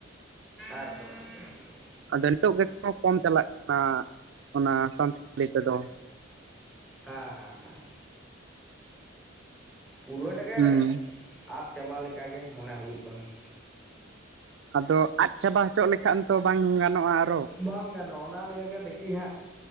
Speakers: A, in the centre; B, on the right.
A: ᱮᱠᱫᱚᱢ ᱮᱠᱫᱚᱢ ᱮᱠᱫᱚᱢ,
B: ᱟᱫᱚ ᱱᱤᱛᱚᱜ ᱜᱮᱠᱚ ᱠᱚᱢ ᱪᱟᱞᱟᱜ ᱠᱟᱱᱟ ᱚᱱᱟ ᱥᱟᱱᱛᱟᱞᱤ ᱛᱮᱫᱚ?
A: ᱦᱮᱸ ᱦᱮᱸ ᱦᱮᱸ ᱯᱩᱨᱟᱹᱴᱟᱜᱮ
B: ᱦᱩᱸ
A: ᱟᱫ ᱪᱟᱵᱟ ᱞᱮᱠᱟ ᱜᱮ ᱢᱚᱱᱮ ᱦᱩᱭᱩᱜ ᱠᱟᱱᱟ ᱾
B: ᱟᱫᱚ ᱟᱫ ᱪᱟᱵᱟ ᱦᱚᱪᱚ ᱞᱮᱠᱷᱟᱱ ᱛᱚ ᱵᱟᱝ ᱜᱟᱱᱚᱜᱼᱟ ᱾
A: ᱵᱟᱝ ᱜᱟᱱᱚᱜᱼᱟ ᱚᱱᱟ ᱱᱤᱭᱟᱹᱜᱮ ᱫᱮᱠᱷᱤ ᱦᱟᱸᱜ